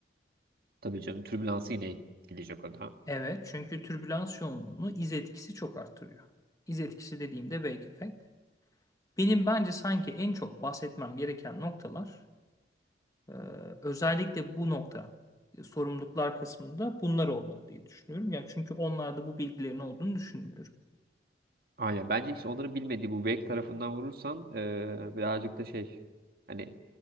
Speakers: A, on the right (about 55°); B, on the left (about 20°).
A: Tabii canım türbülansı yine ekleyecek o da.
B: Evet, çünkü türbülans yoğunluğunu iz etkisi çok arttırıyor. İz etkisi dediğimde wake effect. Benim bence sanki en çok bahsetmem gereken noktalar e, özellikle bu nokta e, sorumluluklar kısmında bunlar olmalı diye düşünüyorum. Yani çünkü onlarda bu bilgilerin olduğunu düşünmüyorum.
A: Aynen bence işte onları bilmediği bu wake tarafından vurursan e, birazcık da şey hani